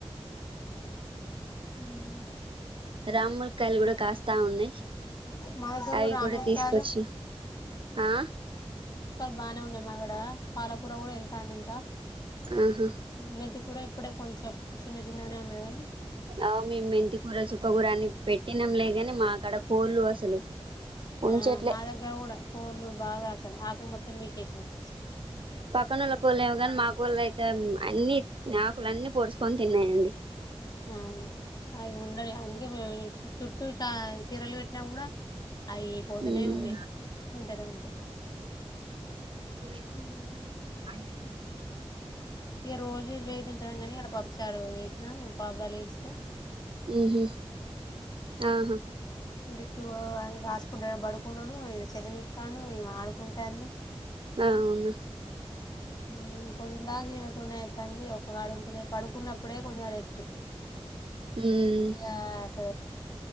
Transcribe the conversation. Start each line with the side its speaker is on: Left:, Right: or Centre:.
Left: హమ్
Right: రామ్ముల్ కయలు కూడా కాస్ స్తా ఉన్నాయి
Left: మా దగ్గర
Right: అవి
Left: రామక్కయలు
Right: కూడా తీసుకొచ్చిన ఆ
Left: బాగానే ఉన్నాయి మాగడ పాలకూర కూడా ఎంత అంది ఇంత
Right: ఆహా
Left: మెంతి కూర ఇప్పుడే కొంచెం చిన్న చిన్నగానే ఉన్నది
Right: ఆ మేము మెంతికూర చుక్క కూూర అని పెట్టినాం లేగాని మా అక్కడ కోళ్ళు అసలు ఉంచట్లే
Left: ఆ మా దగ్గరా కూడా కోళ్ళు బాగా అక్కలు మొత్తం పికేసినాయి
Right: పక్కనుళ్ళ కోళ్ళ ఏమ కానీ మా కోళ్ళు అయితే అన్నిీ ఆకుల అన్నిీ పోడుసుుకొని తిన్నాయండి
Left: అవును అయి ఉండనే అందు చుట్టూ చ చీరలు కట్టినా కూడా అవి పోదునే
Right: ఉమ్
Left: ఉన్నాయి వెంటనే ఉంటాయి
Right: ఇ
Left: ఉమ్.
Right: అ
Left: ఇక రోజు ఇవే తింటాను కాని అలా పప్పుచారు చేేసినా పాపుడాలు ఎంచి తే
Right: ఉమ్మ్ ఆహా
Left: లిట్టూ ఆ రాసుకుంట పడుకున్నడూ ఈనె సెల్లు యూత్తాండు ఈమె ఆడుకుంటాంది
Right: అవునా
Left: ఉమ్ పొద్దుందా ఈమె తొనే అయితంది ఒకగాడుంత పడుకున్నప్పుడే కొంచెం రెస్ట్
Right: ఉమ్
Left: గ్యాస్